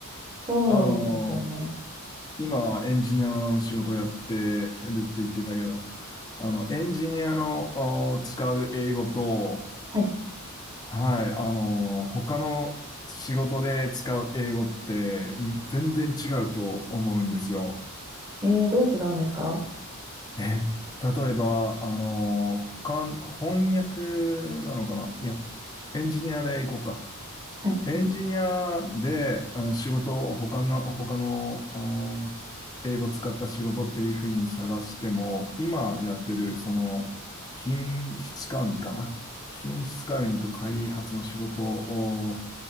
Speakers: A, on the right; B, on the left.
A: そうですよね。
B: あの、今、エンジニアの仕事をやってるって言ってたけど、あの、エンジニアのあー使う英語と、
A: はい。
B: はい。あの、他の仕事で使う英語って全然違うと思うんですよ。
A: えー、どう違うんですか
B: え、例えば、あの、他、翻訳なのかないや、エンジニアで行こうか。
A: はい。
B: エンジニアで、あの、仕事を他の、他の、あー英語を使った仕事っていうふうに探しても、今やってる、その、品質管理かな。品質管理と開発の仕事を